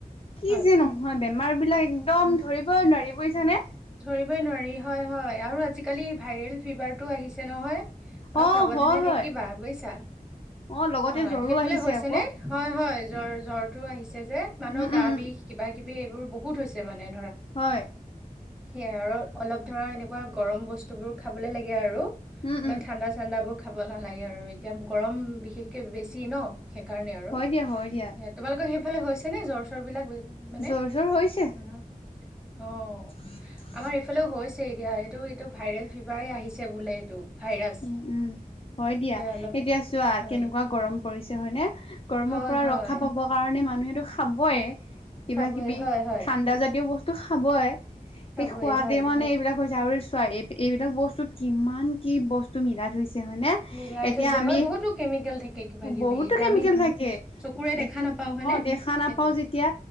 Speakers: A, on the left; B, in the centre.
A: কি
B: হয়
A: যে নহয়, বেমাৰ বিলাক একদম ধৰিবই নোৱাৰি। বুজিছানে
B: ধৰিবই নোৱাৰি হয়-হয় আৰু আজিকালি ভাইৰেল ফিভাৰতটো আহিছে নহয়। অলপ
A: অ
B: সাৱধানে
A: হয়
B: থাকিবা
A: হয়
B: বুইছা।
A: অ লগতে
B: হয়
A: জ্বৰো
B: সেইফালে
A: আহিছে
B: হৈছে
A: আকৌ
B: নে? হয় হয় জ্বৰ জ্বৰ আহিছে যে মানুহৰ
A: উম উম
B: গা
A: উম
B: বিষ কিবা কিবি এইবোৰ বহুত হৈছে মানে।
A: হয়।
B: সেয়া আৰু অলপ ধৰা এনেকুৱা গৰম বস্তু বোৰ খাবলে লাগে আৰু।
A: উম
B: ইমান
A: উম
B: ঠাণ্ডা চাণ্ডা বোৰ খাব নালাগে আৰু এতিয়া গৰম বিশেষকে বেছি ন। সেইকাৰণে আৰু
A: হয় দিয়া হয় দিয়া
B: এয়া তোমালোকৰ সেইফালে হৈছে নে জ্বৰ চ বিলাক মানে
A: জ্বৰ চৰ হৈছে
B: মানুহৰ অ'।
A: <inaudible>
B: আমাৰ এইফালেও হৈছে এতিয়া সেইটো এইটো ভাইৰেল ফিভাৰ আহিছে বোলে এইটো। ভাইৰাছ
A: উ উম হয় দিয়া,
B: সেয়া অলপ
A: এতিয়া চোৱা
B: হয়
A: কেনেকুৱা গৰম পৰিছে হয়নে? গৰমৰ
B: হয়
A: পৰা
B: হয়
A: ৰক্ষা পাব কাৰণে মানুহেটো খাবয়ে। কিবা
B: খাবই
A: কিবি
B: হয় হয়
A: ঠাণ্ডা জাতীয় বস্তু খাবই সে
B: খাবই
A: খুৱাওতে
B: হয়
A: মানে এইবিলাক হৈছে আৰু চোৱা এই এইবিলাক বস্তুত কিমান কি বস্তু মিলাই থৈছে। হয় নে
B: মিলাই
A: এতিয়া
B: থৈছে
A: আমি
B: হয় বহুতো কেমিকেল থাকে কিবা কিবি
A: বহুতো
B: এতিয়া
A: কেমিকেল
B: আমি
A: থাকে
B: চকুৰে দেখা
A: এতি
B: নাপাও হয়নে
A: অহ দেখা নাপাওঁ
B: সেইটোৱে
A: যেতিয়া,